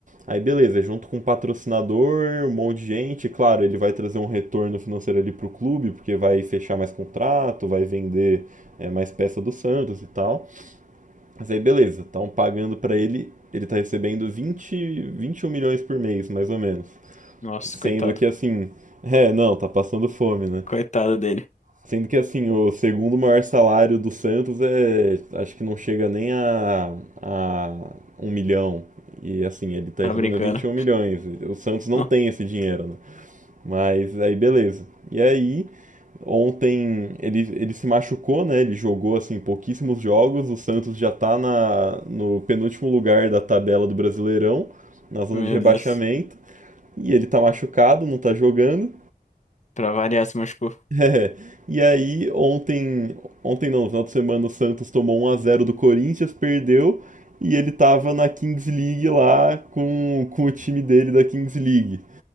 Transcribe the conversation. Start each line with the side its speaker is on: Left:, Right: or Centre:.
Right: Aí beleza, junto com um patrocinador, um monte de gente, claro, ele vai trazer um retorno financeiro ali pro clube, porque vai fechar mais contrato, vai vender é, mais peça do Santos e tal. Mas aí beleza, estão pagando pra ele, ele tá recebendo 20, 21 milhões por mês, mais ou menos.
Left: Nossa,
Right: Sendo
Left: coitado.
Right: que assim, é, não, tá passando fome, né?
Left: Coitado dele.
Right: Sendo que assim, o segundo maior salário do Santos é, acho que não chega nem a, a um milhão. E assim, ele tá
Left: Tá
Right: recebendo
Left: brincando.
Right: 21 milhões. O Santos não
Left: Oh,
Right: tem esse dinheiro, né? Mas aí beleza. E aí, ontem ele, ele se machucou, né? Ele jogou assim pouquíssimos jogos. O Santos já tá na, no penúltimo lugar da tabela do Brasileirão, na zona
Left: meu
Right: de rebaixamento.
Left: Deus.
Right: E ele tá machucado, não tá jogando.
Left: Pra variar, se machucou.
Right: <laughs> É. E aí, ontem, ontem não, no final de semana, o Santos tomou 1 a 0 do Corinthians, perdeu, e ele tava na Kings League lá com, com o time dele da Kings League.